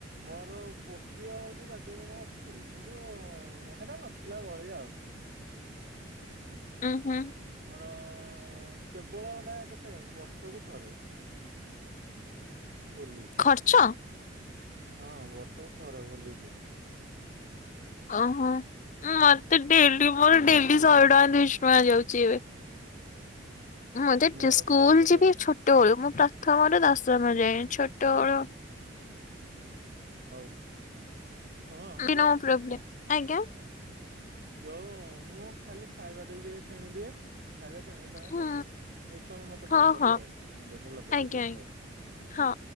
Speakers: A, on the right; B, on the left.
A: ମୋର ଗୋଟିଏ ହଉଛି ବାଜେ ଗୁଣ ଅଛି କିନ୍ତୁ ହେଟା ନଥିଲା ଭଳିଆ ଆଉ।
B: ଉଁ ହୁଁ।
A: ମୋର କେବଳ ହେଲା କେତେ ବର୍ଷକୁ ଥରେ। ହୋଲି।
B: ଖର୍ଚ୍ଚ।
A: ହଁ ବର୍ଷକୁ ଥରେ ହୋଲିଟେ।
B: ଓହୋ ମତେ ଡେଲି ମୋର ଡେଲି ଶହେଟଙ୍କା ଦୁଇଶହ ଟଙ୍କା ଯାଉଛି ଏବେ। ମୁଁ <unintelligible>
A: ମୋର
B: ସ୍କୁଲ
A: ସେଇଟା
B: ଯିବି
A: କେବଳ
B: ଛୋଟଓଳୁ। ମୁଁ ପ୍ରଥମରୁ ଦଶମ
A: ହଁ
B: ଯାଏ ଛୋଟଓଳୁ
A: ହଉ। ଶୁଣ ହ୍ୟାଲୋ
B: <unintelligible> ପ୍ରବ୍ଲେ ଆଜ୍ଞା।
A: ଯୋଉ ମୁଁ ଖାଲି ଖାଇବାଟା ଟିକେ କିଣିଦିଏ। ଖାଇବା କିଣିକି ତମକୁ
B: ହୁଁ
A: କଲ କରୁ। ଏ ତମେ ମତେ
B: ହଁ
A: କଲ କରିବ
B: ହଁ
A: ଆଉ ମୁଁ ତ ଏଟା ଲଗେଇଦେଲି
B: ଆଜ୍ଞା
A: ଆଉ
B: ଆଜ୍ଞା
A: ହଉ।
B: ହଁ।